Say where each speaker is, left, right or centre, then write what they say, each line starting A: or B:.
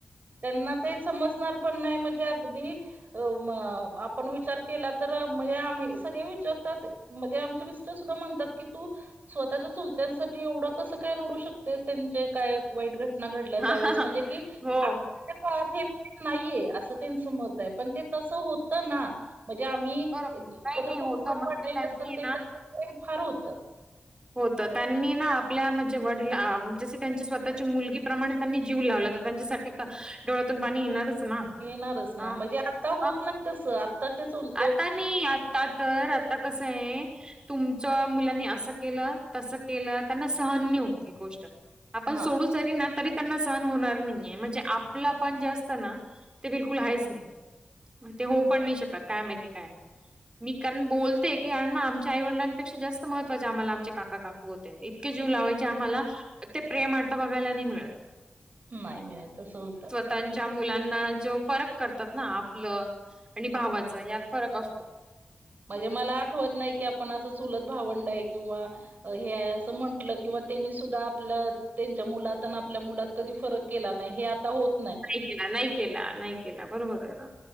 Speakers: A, on the right; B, on the right.
A: त्यांना ते समजणार पण नाही म्हणजे अगदी अ म आपण विचार केला तर म्हणजे आम्ही सगळे विचारतात म्हणजे आमचे मिस्टर सुद्धा म्हणतात की तू स्वतःच्या चुलत्यांसाठी एवढं कस काय रडू शकतेस त्यांच काय वाईट घट घटना घडल्या
B: हा
A: त्यावेळेस म्हणजे की
B: हो
A: आप ल्या काळात हे नाहीये, असं त्यांचं मत आहे पण ते तसं होत ना. म्हणजे आम्ही
B: बरोबर
A: एकत्र
B: नाही नाही
A: कुटुंबात
B: होत म्हणजे
A: वाढलेले
B: त्यांनी
A: नसल ते तरी ते प्रेम फार होतं.
B: होत, त्यांनी ना आपल्या म्हणजे वडील अ जस त्यांच्या स्वतःच्या मुलगीप्रमाणे त्यांनी जीव लावलाता त्यांच्यासाठी डोळ्यातून पाणी येणारच. ना.
A: येणारच ना,
B: अ
A: म्हणजे आता होत
B: मग
A: नाही, तसं आत्ताच्या चूल
B: आता नाही, आता तर आता कस ये तुमच मुलांनी असं केल, तस केल त्यांना सहन नयी होत ही गोष्ट आपण
A: हा
B: सोडू जरी ना तरी त्यांना सहन होणार नाहीये, म्हणजे आपलं पण जे असतं ना ते बिलकुल आहेच नाही, आणि ते होऊ पण नाही शकत काय माहिती काय? मी कारण बोलते की, यांना आमच्या आईवडलांपेक्षा जास्त महत्त्वाचे आम्हाला आमचे काका, काकू होते. इतके जीव लावायचे आम्हाला, ते प्रेम आता बघायला नाही मिळत.
A: नाही मिळत तस होतं.
B: त्यांच्या मुलांना जो फरक करतात ना, आपलं आणि भावाच यात फरक असतो.
A: म्हणजे मला आठवत नाही, की आपण असं चुलत भावंड आहे किंवा हे हाय अस म्हंटल किंवा त्यांनी सुद्धा आपल त्यांच्या मुलात आणि आपल्या मुलात कधी फरक केला नाही हे आता होत
B: नाही केला, नाही केला, नाही केला बरोबर आहे ना.